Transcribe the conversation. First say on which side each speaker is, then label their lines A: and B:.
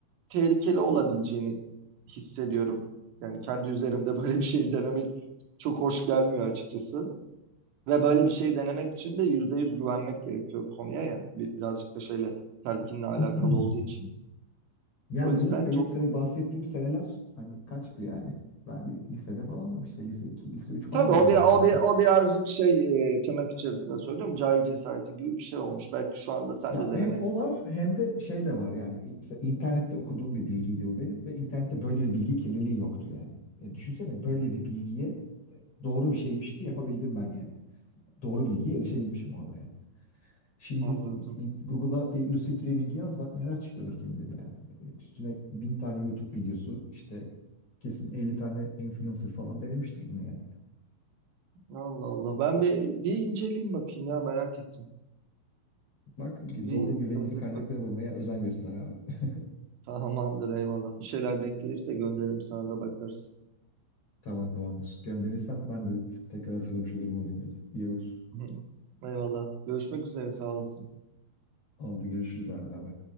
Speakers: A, on the right; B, on the left.
A: tehlikeli olabileceğini hissediyorum. Yani kendi üzerimde <laughs> böyle bir şey denemek çok hoş gelmiyor açıkçası. Ve böyle bir şey denemek için de yüzde yüz güvenmek gerekiyor konuya ya. Bir- Birazcık da şeyle telkinle alakalı
B: <clears throat>
A: olduğu için.
B: Yani
A: O yüzden
B: bu benim
A: çok
B: tabii bahsettiğim seneler hani kaçtı yani. Ben li- lisede falandım işte lise 2 lise 3 falandım
A: Tabii o
B: yani
A: bir o
B: herhalde.
A: bir o birazcık şey e, tırnak içerisinde söylüyorum cahil cesareti gibi bir şey olmuş. Belki şu anda sen
B: Ya
A: de denemek
B: hem o
A: istersin.
B: var hem de şey de var yani mesela internette okuduğum bir bilgiydi bu benim ve internette böyle bir bilgi kirliliği yoktu yani. Ya düşünsene böyle bir bilgiye doğru bir şeymiş ki yapabildim ben yani. Doğru bilgiye erişebilmişim orada yani. Şimdi
A: Anladım.
B: s- in- Google'a bir lucid dreaming yaz bak neler çıkıyordur kim bilir yani. Üstüne bin tane YouTube videosu işte kesin 50 tane influencer falan denemiştir bunu yani.
A: Allah Allah. Ben bir, bir inceleyeyim bakayım ya merak ettim.
B: Bak
A: Bir
B: doğru güvenilir
A: yazıp
B: kaynakları
A: bakayım.
B: bulmaya özen göster abi. <laughs>
A: <laughs> Tamamdır eyvallah. Bir şeyler denk gelirse gönderirim sana da bakarsın.
B: Tamam tamamdır. Gönderirsen ben de tekrar hatırlamış olurum o günleri. İyi olur.
A: <laughs> Eyvallah. Görüşmek üzere sağ olasın.
B: Oldu görüşürüz abi baba.